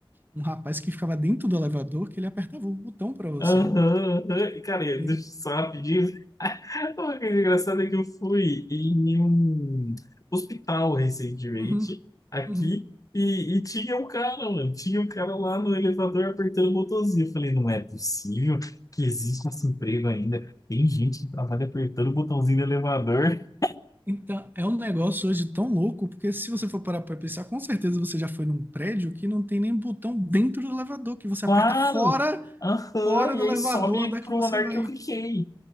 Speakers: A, on the right; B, on the left.
A: um rapaz que ficava dentro do elevador que ele apertava o botão para você.
B: Aham, aham. E, Cara, eu-
A: E-
B: deixa eu só rapidinho, <laughs> O que é engraçado é que eu fui em um hospital recentemente,
A: Uhum,
B: aqui,
A: uhum.
B: e, e tinha um cara, mano, tinha um cara lá no elevador apertando o botãozinho. Eu falei, não é possível que exista esse emprego ainda. Tem gente que trabalha apertando o botãozinho do elevador. <laughs>
A: Então, é um negócio hoje tão louco, porque se você for parar para pensar, com certeza você já foi num prédio que não tem nem botão dentro do elevador, que você
B: Claro!
A: aperta fora,
B: Aham,
A: fora
B: e
A: do elevador,
B: aí sobe
A: andar
B: pro
A: que você
B: andar
A: vai.
B: que eu cliquei.